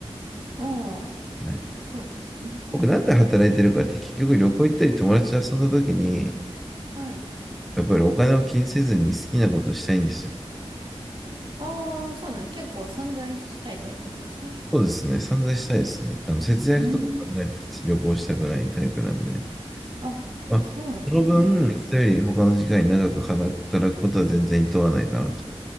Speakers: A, on the right; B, in the centre.
A: ああ、
B: はい、
A: そうですね。
B: 僕、なんで働いてるかって、結局旅行行ったり友達と遊んだ時に、
A: はい。
B: やっぱりお金を気にせずに好きなことしたいんですよ。
A: ああ、そうなん、結構散財したいタイプなんですね。
B: そうですね、散々したいですね。あの節約とか考えて旅行したくないタイプなんで。
A: うーん。あ、
B: まあ、
A: そうなんですね。
B: その分、人より他の時間に長く働くことは全然厭わないかなと。